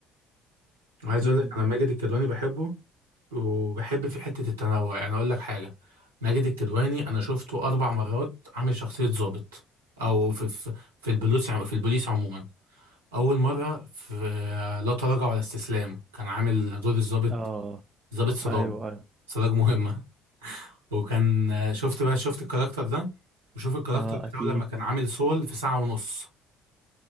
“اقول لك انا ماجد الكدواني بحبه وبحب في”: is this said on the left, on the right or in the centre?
Right